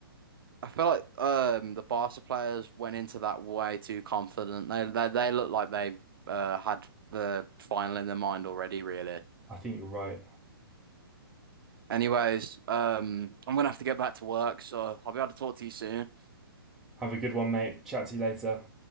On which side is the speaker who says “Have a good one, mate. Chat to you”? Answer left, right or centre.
Centre